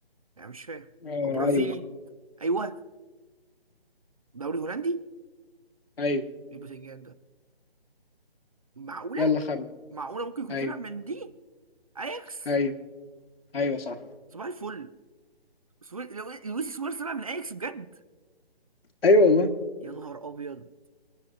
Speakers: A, on the right (about 35°); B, on the left (about 70°).
A: يعني مش فاهم
B: آه
A: او برازيلي
B: ايوه
A: ايوه دوري هولندي
B: ايوه
A: ايه البتنجان ده معقولة
B: يلا خمن
A: معقولة ممكن يكون
B: ايوه
A: طلع من دي اياكس
B: ايوه ايوه صح
A: صباح الفل سوي... لو- لويس سواريز طلع من اياكس بجد
B: ايوه والله
A: يا نهار ابيض